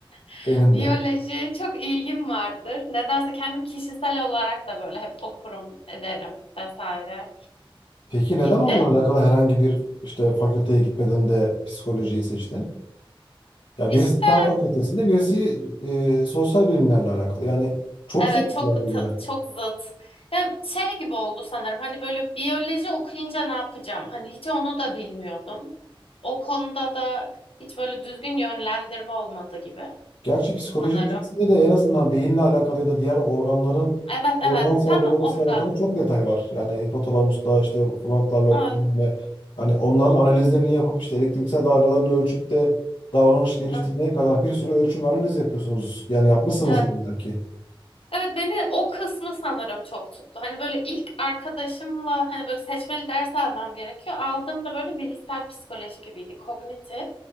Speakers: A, on the left; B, on the left.
A: <laughs>
B: benim
A: Biyoloji
B: de.
A: çok ilgim vardır. Nedense kendim kişisel olarak da böyle hep okurum, ederim vesaire
B: Peki neden
A: idi.
B: onunla alakalı herhangi bir işte fakülteye gitmeden de psikolojiyi seçtin? Ya
A: İşte
B: birisi Fen Fakültesinde, birisi e, sosyal bilimlerle alakalı. Yani çok
A: Evet
B: farklılar
A: çok
B: birbirine.
A: t- çok zıt. Ya şey gibi oldu sanırım. Hani böyle biyoloji okuyunca ne yapacağım? Hani hiç onu da bilmiyordum. O konuda da hiç böyle düzgün yönlendirme olmadı gibi
B: Gerçi psikolojinin
A: sanırım.
B: içerisinde de en azından beyinle alakalı ya da diğer organların
A: Evet evet
B: hormon salgılamasıyla
A: tam ondan.
B: alakalı çok detay var. Yani hipotalamusta işte frontal lob
A: Evet
B: yani hani onların analizlerini yapıp işte elektriksel dalgalarını ölçüp de davranış geliştirmeye
A: evet.
B: kadar bir sürü ölçüm analiz yapıyorsunuz. Yani yapmışsınızdır
A: Evet
B: belki.
A: Evet, beni o kısmı sanırım çok tuttu. Hani böyle ilk arkadaşımla hani böyle seçmeli ders almam gerekiyor. Aldığımda böyle bilişsel psikoloji gibiydi, kognitif.